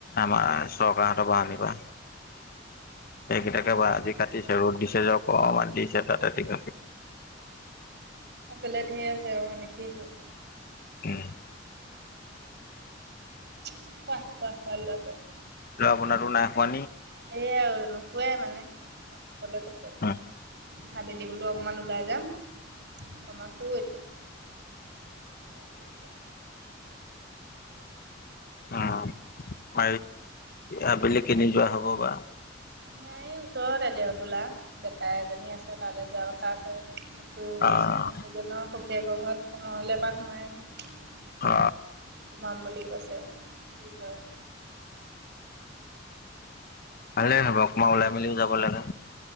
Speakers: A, on the left (about 50°); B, on the right (about 60°).
A: আমাৰ চৰকাৰহঁতৰ পৰা আমি পাম। এই কেইটাকে বা আজি কাটিছে। ৰ'দ দিছে যে অকমান দিছে, তাতে তিক
B: সেইফালে ধেৰ আছে, অ দেখিছো।
A: উম।
B: শুৱা, শুৱা। ভাল ল'ৰা শুৱা।
A: ল'ৰা বনাতো নাই খোৱা
B: এইয়াই আৰু নুশুৱেই মানে। চবলে কৈছো
A: নি
B: অকমান। আবেলি বোলো অকমান ওলাই যাম। অকণমান শু এতিয়া। অ শুইছে।
A: অ ম আবেলি কেনি যোৱা হ'ব বা।
B: আমি এই ওচৰতে এ দেওতোলা জেঠাই এজনী আছে তালৈ যোৱা কথ কথা আছে। আকৌ
A: অ',
B: মানুহজনৰ সখীয়েকৰ ঘৰত সময় হ'লে এপাক সোমাই আহিম।
A: অ।
B: সোমাম বুলি কৈছে, কি হয়?
A: ভালে হব। অকন ওলাই মেলিও যাব লাগে।